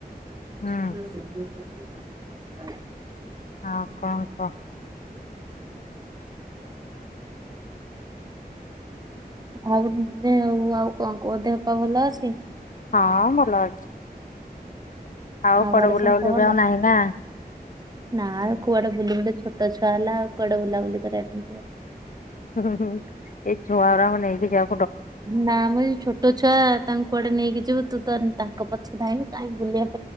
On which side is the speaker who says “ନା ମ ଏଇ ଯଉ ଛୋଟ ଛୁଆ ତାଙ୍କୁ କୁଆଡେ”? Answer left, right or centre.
Right